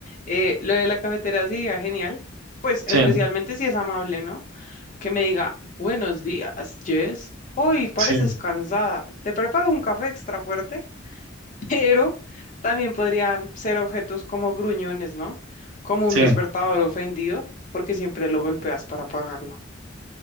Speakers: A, on the left (about 40°); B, on the right (about 75°).
A: Eh, lo de la cafetera sería genial, pues especialmente
B: Sí,
A: si es amable, ¿no? Que me diga, buenos días, Jess. Hoy pareces
B: sí.
A: cansada. ¿Te preparo un café extra fuerte? pero también podrían ser objetos como gruñones, ¿no? Como
B: Sí,
A: un despertador ofendido, porque siempre lo golpeas para apagarlo.